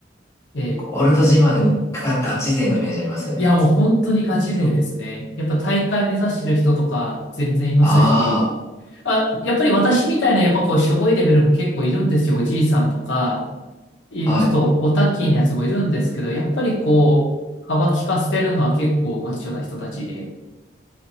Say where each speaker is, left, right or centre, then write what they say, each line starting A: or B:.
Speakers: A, on the left; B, on the left.
A: ええ
B: オールドジムはでもガ、ガチ勢のイメージありますよね。
A: いやもう本当にガチ勢ですね。やっぱ大会目指してる人とか全然いますし、
B: あ
A: あ、やっぱり私みたいなやっぱこう、しょぼいレベルも結構いるんですよ。おじいさんとか、いちょっとオタッキーなやつもいるんですけど、
B: あ、はい。
A: やっぱりこう、幅利かせてるのは結構マッチョな人たちで、